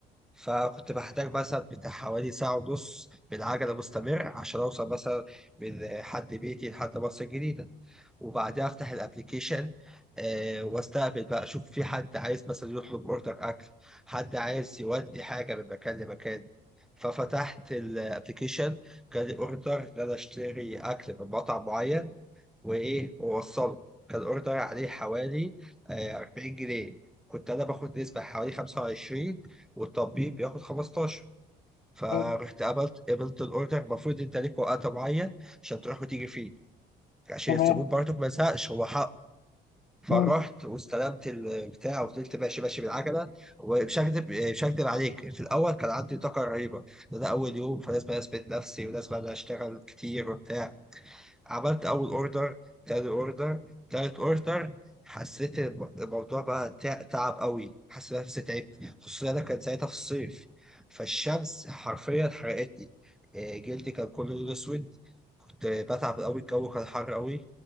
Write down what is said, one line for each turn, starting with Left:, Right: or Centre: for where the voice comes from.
Centre: فكنت بحتاج مثلا بتاع حوالي ساعة ونص بالعجلة مستمر عشان أوصل مثلا من حد بيتي لحد مصر الجديدة وبعدها أفتح الأبليكيشن آه وأستقبل بقى أشوف في حد عايز مثلا يطلب أوردر أكل حد عايز يودي حاجة من مكان لمكان ففتحت الابلكيشن جالي اوردر ان انا اشتري اكل من مطعم معين وايه ووصله كان الاوردر عليه حوالي آه، 40 جنيه كنت انا باخد نسبه حوالي 25 والتطبيق بياخد 15 فرحت
Left: آه،
Centre: قبلت قبلت الاوردر المفروض انت ليك وقت معين عشان تروح وتيجي فيه عشان
Left: تمام
Centre: الزبون برضه ما يزهقش هو حق فرحت
Left: مم.
Centre: واستلمت البتاع وفضلت ماشي ماشي بالعجله ومش هكدب مش هكدب عليك في الاول كان عندي طاقه رهيبه ده, ده اول يوم فلازم اثبت نفسي ولازم انا اشتغل كتير وبتاع عملت اول اوردر تاني اوردر تالت اوردر حسيت الب- الموضوع بقى تع- تعب قوي حسيت نفسي تعبت خصوصا انا كان ساعتها في الصيف فالشمس حرفيا حرقتني آه، جلدي كان كله لون اسود كنت بتعب قوي الجو كان حر قوي